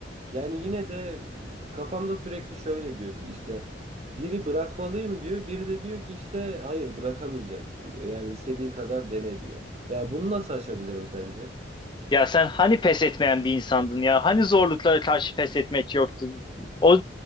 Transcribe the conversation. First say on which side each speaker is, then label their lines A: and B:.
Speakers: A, on the right (about 35°); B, on the left (about 25°).
A: yani yine de e, kafamda sürekli şöyle diyor biri işte biri bırakmalıyım diyor biri de diyor ki işte hayır bırakamayacaksın diyor yani istediğin kadar dene diyor. Yani bunu nasıl aşabilirim sence?
B: Ya sen hani pes etmeyen bir insandın ya? Hani zorluklara karşı pes etmek yoktu? O